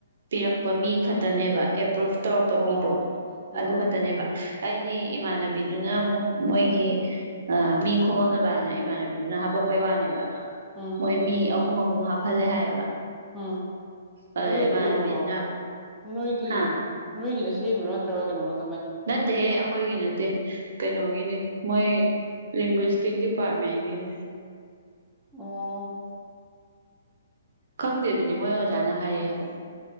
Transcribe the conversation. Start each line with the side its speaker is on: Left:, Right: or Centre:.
Right: ꯄꯤꯔꯛꯄ ꯃꯤ ꯈꯛꯇꯅꯦꯕ ꯄ꯭ꯔꯨꯐ ꯇꯧꯔꯛꯄ
Centre: ꯑꯣ
Right: ꯃꯤꯗꯣ ꯑꯗꯨ
Centre: ꯎꯝ
Right: ꯈꯛꯇꯅꯦꯕ ꯑꯩꯗꯤ ꯏꯃꯥꯅꯕꯤ ꯕꯤꯗꯨꯅ ꯑꯃꯨꯛ ꯃꯣꯏꯒꯤ ꯃꯤ ꯈꯣꯃꯛꯅꯕꯅ ꯏꯃꯥꯟꯅꯕꯤꯗꯨꯅ ꯍꯥꯄꯛꯄꯩ ꯋꯥꯅꯦꯕ
Centre: ꯎꯝ
Right: ꯃꯣꯏ ꯃꯤ ꯑꯍꯨꯝ ꯑꯍꯨꯝ ꯍꯥꯞꯍꯜꯂꯦ ꯍꯥꯏꯌꯦꯕ
Centre: ꯎꯝ
Right: ꯑꯗꯨꯗ
Centre: ꯑꯗꯨ
Right: ꯏꯃꯥꯟꯅꯕꯤꯅ
Centre: ꯀꯅꯨꯣ ꯅꯣꯏꯒꯤ
Right: ꯍꯥ
Centre: ꯅꯣꯏꯒꯤ ꯔꯦꯁ <unintelligible>
Right: ꯅꯠꯇꯦꯍꯦ ꯑꯩꯈꯣꯏꯒꯤ ꯅꯠꯇꯦ ꯀꯩꯅꯣꯒꯤꯅꯤ ꯃꯣꯏ ꯂꯦꯡꯒ꯭ꯁꯇꯤꯛ ꯗꯤꯄꯥꯔꯠꯃꯦꯟꯒꯤꯅꯦ
Centre: <unintelligible>
Right: ꯈꯪꯗꯦ ꯑꯗꯨꯗꯤ ꯃꯣꯏ ꯑꯣꯖꯥꯅ ꯍꯥꯏꯔ ꯍꯥꯏꯕ